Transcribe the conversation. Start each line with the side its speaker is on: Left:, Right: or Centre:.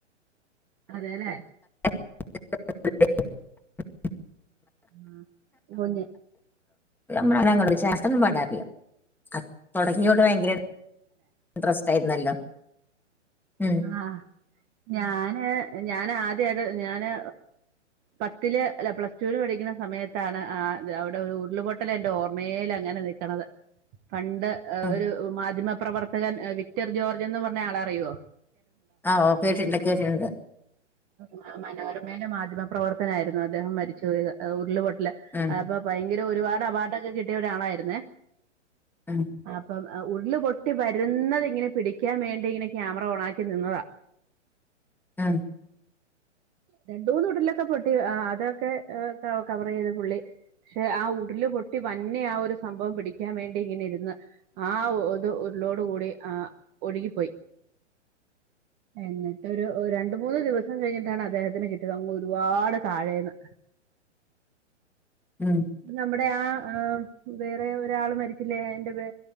Right: അതെല്ലേ
Centre: <unintelligible> <unintelligible>
Right: അഉ മൊഞ്
Centre: നമ്മ ഞങ്ങള <unintelligible> ശേഷംന്നും പാട്ടാറില്ല അ തുടങ്ങിയോട്ട ഭയങ്കര ഇൻട്രസ്റ്റ് ആയിരുന്നല്ലോ. ഉം
Right: ആഹ് ഞാന് ഞാൻ ആദ്യത്‌ ഞാന് പത്തില് അല്ല പ്ലസ്ടുവിൽ പഠിക്കുന്ന സമയത്താണ് ആ അവിടെ ഒരു ഉരുളപൊട്ടലെന്റെ ഓർമേലങ്ങനെ നിക്ക്ണത്. പണ്ട്
Centre: ഉം
Right: ഒരു മാധ്യമ പ്രവർത്തകൻ വിക്ടർ ജോർജ് എന്ന് പറഞ്ഞ ആളെ അറിയോ
Centre: ആ ഓക്കേ ച്ച്ണ്ട് <unintelligible> കേട്ടിട്ടുണ്ട്
Right: ഉ മന <unintelligible> മാധ്യമപ്രവർത്തനായിരുന്നു അദ്ദേഹം മരിച്ച പോയ്ത് ല്ല
Centre: ഉം
Right: അപ്പൊ ഭയങ്കര ഒരുപാട് അവാർഡൊക്കെ കിട്ടിയ ഒര് ആളായിരുന്നേ
Centre: ഉം
Right: അപ്പമം ഉരുള് പൊട്ടി വരുന്നുന്നത് ഇങ്ങനെ പിടിക്കാൻ വേണ്ടി ഇങ്ങനെ ക്യാമറ ഓൺ ആക്കി ക്കിനിന്നതാ
Centre: ആംമ്
Right: രണ്ട് മൂന്ന് ഉരുൾലൊക്കെ പൊട്ടി അതൊക്കെ കവറയ്ത് പുള്ളി ക്ഷെ ആ ഉരില് പൊട്ടി വന്നെ ആ ഒരു സംഭവം പിടിക്കാൻ വേണ്ടി ഇങ്ങനെ ഇരുന്ന് ആഉരുളോട് കൂടി ആ ഒഴുകിപ്പോയി. എന്നിട്ടൊരു രണ്ട മൂന്ന് ദിവസം കഴിഞ്ഞിട്ടാണ് അദ്ദേഹത്തിന് കിട്ടിയത് അങ്ങ് ഒരുപാട് താഴേന്ന്
Centre: ഉം
Right: നമ്മട് അടെ ആ ആ വേറെ ഒരാള് മരിച്ചില്ലേ എന്റെത്